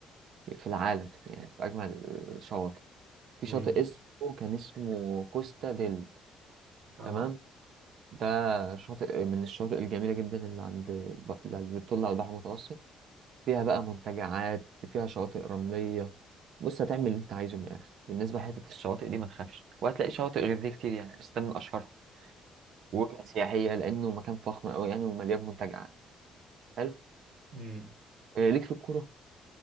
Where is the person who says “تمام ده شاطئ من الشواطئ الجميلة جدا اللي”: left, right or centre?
Right